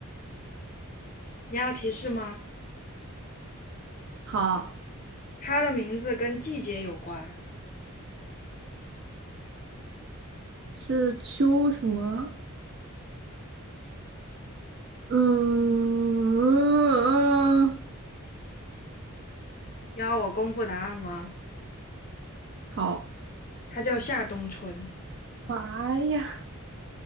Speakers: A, on the left; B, on the right.
A: 你要提示吗？
B: 好，
A: 他的名字跟季节有关。
B: 是秋什么？嗯，
A: 你要我公布答案吗？
B: 好，
A: 他叫夏冬春，
B: 妈呀，